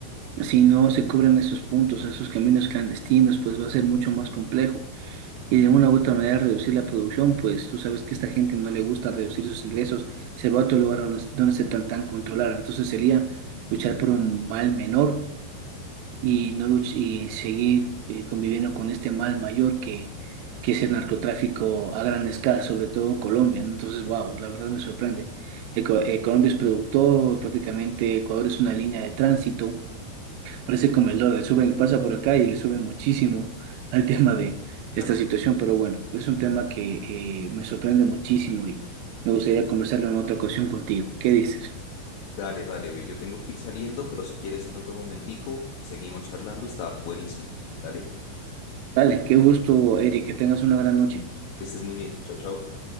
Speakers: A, on the right (about 85°); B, on the left (about 75°).
A: si no se cubren esos puntos, esos caminos clandestinos, pues va a ser mucho más complejo. Y de una u otra manera reducir la producción, pues tú sabes que a esta gente no le gusta reducir sus ingresos, se va a otro lugar donde, donde se tan tan controlar. Entonces sería luchar por un mal menor y no luch- y seguir eh, conviviendo con este mal mayor que, que es el narcotráfico a gran escala, sobre todo en Colombia, ¿no? Entonces, wow, la verdad me sorprende. Eco- eh, Colombia es productor, prácticamente Ecuador es una línea de tránsito, parece como el dólar, suben, pasa por acá y le suben muchísimo <laughs> al tema de esta
B: Claro.
A: situación, pero bueno, es un tema que eh, me sorprende muchísimo y me gustaría conversarlo en otra ocasión contigo. ¿Qué dices?
B: Dale, dale, ve. Yo tengo que ir saliendo, pero si quieres en otro momentico, seguimos charlando. Está buenísimo. Dale,
A: Dale, qué gusto, Eric, que tengas una gran noche.
B: que estés muy bien. Chao, chao.